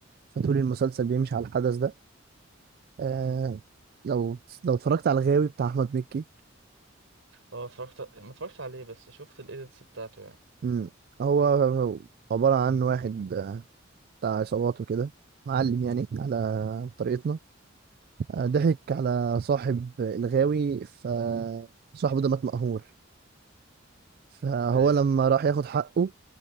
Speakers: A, on the right; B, on the right.
A: فطول المسلسل بيمشي على الحدث ده آه
B: امم
A: لو لو اتفرجت على الغاوي بتاع احمد مكي
B: اه اتفرجت ما اتفرجتش عليه بس شفت الإيديتس بتاعته يعني
A: مم. هو هو عبارة عن واحد آه، بتاع عصابات وكده معلم يعني على طريقتنا آه،
B: امم
A: ضحك على صاحب الغاوي فصاحبه ده مات مقهور فهو
B: أيوه
A: لما راح ياخد حقه